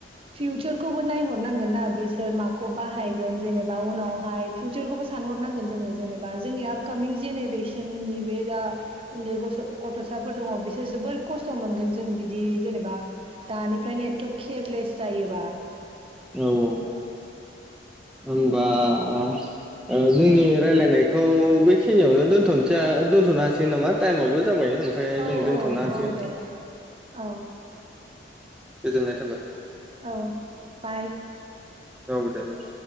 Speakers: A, on the right; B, in the centre.
A: फिउचारखौबो नायहरनांगोन ना बे‌ सोर माखौ बाहायगोन जेनेबा उनावहाय फिउचारखौबो सानहरनांगोन जोंङो जेनेबा जोंनि आपकामिं जेनेरेसननि बे जा उन्दै गथ' गथ'साफोर दङ बिसोर जोबोर खस्थ' मोनगोन जों बिदि जेनेबा दानिफ्रायनो एथ' केयारलेस जायोबा
B: औ औ होनबा ओ जोंनि रायलायनायखौ बेखिनियावनो दोनथ'नसा दोनथ'नो हासिगोन नामा टाइमआबो जाबायनो ओमफाय
A: औ
B: जों दोनथ'नो
A: औ
B: हासैन
A: औ
B: <inaudible>
A: दे औ
B: गोजोननाय थाबाय।
A: औ बाय
B: औ दे बाय।